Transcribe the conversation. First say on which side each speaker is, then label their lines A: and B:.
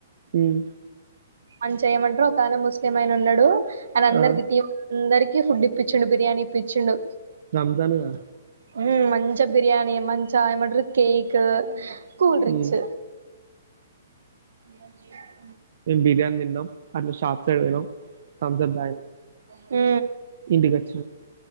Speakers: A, on the right; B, on the right.
A: ఉమ్
B: అని చెయమంటరు, ఒక ఆయన ముస్లిం ఆయన ఉన్నడు. ఆడ అందరికి
A: ఆ
B: టీం <unintelligible> అందరికి. కి ఫుడ్ ఇపిచ్చిండు, బిర్యానీ ఇపిచ్చిండు.
A: రమ్జానుగద
B: ఉమ్ మంచిగ బిర్యాణి మంచిగా ఏమంటరూ cake. Cool drinks.
A: um
B: <inaudible>
A: Biryani తిన్నాం అట్లా షాప్ సైడ్ పోయినాం థమ్స్ అప్ తాగినాం
B: హ
A: ఇంటికాచ్చ